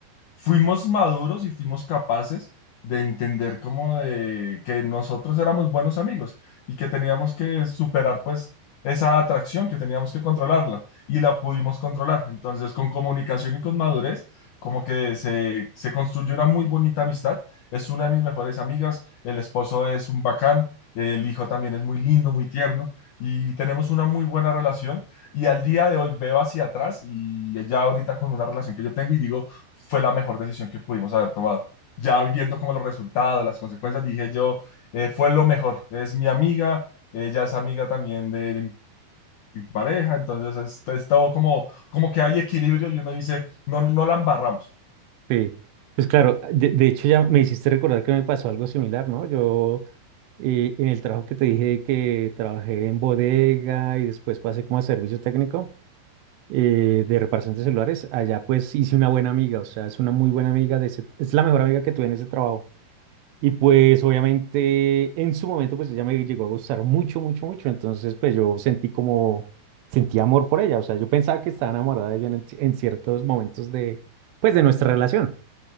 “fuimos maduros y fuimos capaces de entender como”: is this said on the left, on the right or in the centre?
Left